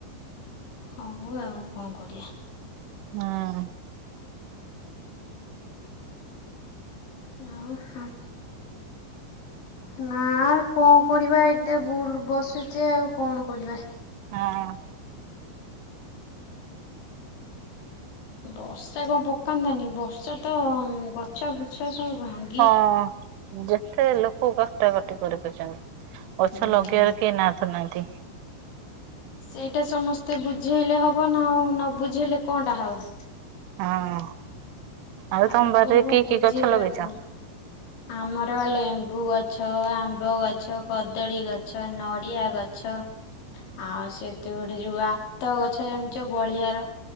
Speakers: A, on the left (about 70°); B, on the right (about 80°).
A: ହଉ ଆଉ କଣ କରିବା।
B: ହୁଁ।
A: ଆଉ ହଁ। ନା କଣ କରିବା ଏତେ ଭୁଲ ବସୁଚେ ଆଉ କଣ କରିବା।
B: ହଁ।
A: ବର୍ଷା କଣ ପକାନ୍ତାନି ବର୍ଷା ତ ଗଛ ଫୁଛ ସବୁ ଭାନ୍
B: ହଁ ଯେତେ ଲୋକ କଷ୍ଟ କ କରିପାରୁଛନ୍ତି। ଗଛ
A: ହୁଁ।
B: ଲଗେଇବାରେ କେହି ନା ଧରୁନାହାନ୍ତି।
A: ସେଇଟା ସମସ୍ତେ ବୁଝେଇଲେ ହେବ ନା ଆଉ ନ ବୁଝେଇଲେ କଣଟା ହବ।
B: ହଁ ଆଉ
A: ଆ
B: ତମବାରରେ
A: ଲୋକଙ୍କୁ
B: କି
A: ବୁଝେଇବାକୁ
B: କି ଗଛ ଲଗେଇଛ?
A: ଆମର ଲେମ୍ବୁ ଗଛ, ଆମ୍ବ ଗଛ, କଦଳୀ ଗଛ। ନଡିଆ ଗଛ ଆଉ ସେତ ଗୋଟେ ଯୋଉ ଆତ ଗ ଗଛ ଜାଣିଛ ବଳିଆର।